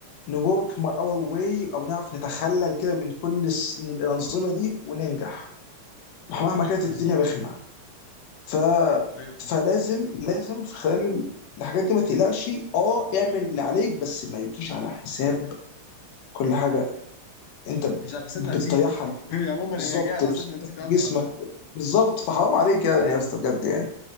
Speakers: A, on the left; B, on the left.
A: نورك اور واي او نعرف نتخلل كده من كل الس- من الانظمه دي وننجح مهما كانت الدنيا
B: بالظبط
A: رخمه ف
B: ايوه
A: فلازم لازم في خلال ال- الحاجات دي ما تقلقش اه اعمل اللي عليك بس ما يجيش على حساب كل حاجه انت ب-
B: مش على حساب
A: بتضيعها
B: نفسيتي
A: على
B: <laughs>
A: فلوس.
B: هي عموما
A: بالظبط
B: هي جايه على
A: نفسيتك،
B: حساب نفسيتي
A: جسمك
B: اكتر
A: بالظبط فحرام عليك يعني يا اسطى بجد يعني